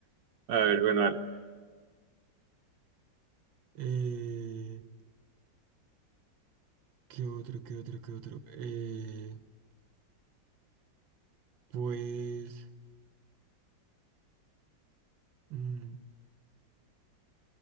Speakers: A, on the right; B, on the right.
A: A ver, bueno, dale.
B: Eh, ¿qué otro, qué otro, qué otro? Eh, pues mm,